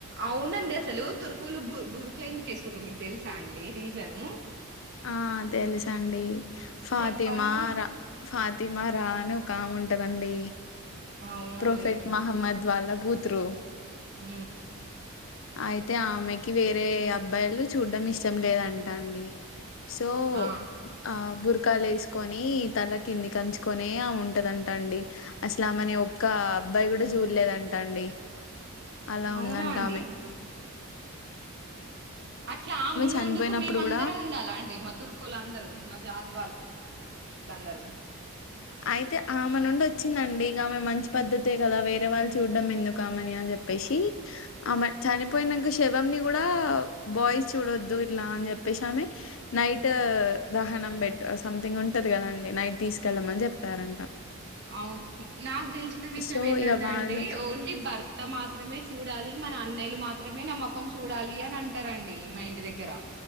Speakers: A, on the right; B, on the left.
A: అవునండి అసలు తుర్కులు బు బురకెందుకు వెసుకుంట్ర మీకు తెలుసా అండి రీజను
B: ఆ తెలుసండి ఫాతిమా
A: చెప్పండి
B: రా ఫా తిమారా అని ఒక ఆముంటదండి
A: అవునండి
B: ప్రొఫెట్ మహమ్మద్ వాళ్ళ గూత్రు
A: ఊ
B: అయితే ఆమెకి వేరే అబ్బాయిలు చూడ్డం ఇష్టం లేదంటా అండి సో
A: ఆ
B: ఆ బురకాలు వేసుకొని తల్ల కింది వంచుకొనే ఆమే ఉంటదంటా అండి అసలు ఆమెని ఒక్ ఇంకా అబ్బాయి కూడా చూడలేదంటండి అలా
A: అవునా
B: ఉందంటామె
A: అండి అట్లా ఆమె ఉన్నందుకు
B: చనిపోయినప్పుడు
A: మేమందరం
B: కూడా
A: ఉండాలా అండి మా తుర్కులందరూ మా జాతి వాళ్ళు అందరూ
B: అయితే ఆమె నుండి వచ్చిందండి ఇక ఆమె మంచి పద్ధతే కదా వేరే వాళ్ళును చూడ్డం ఎందుకు ఆమెని అని చెప్పేసి ఆమె చనిపోయినాక శవం ని కూడ బాయ్స్ చూడొద్దు ఇట్లా అని చె ప్పేసామే నైట్ దహనం సంథింగ్ ఉంటాది కదండి నైట్ తీసుకెళ్లమని చె తరంట
A: అవు నాకు తెలిసిన విషయం
B: సో
A: ఏంటంటే
B: ఇక వాళ్ళు
A: అండి ఓన్లీ భర్త మాత్రమే చూడాలి మన అన్నయ్యలు మాత్రమే న మొకం చూడాలి అని అంటారండి మా ఇంటి దగ్గర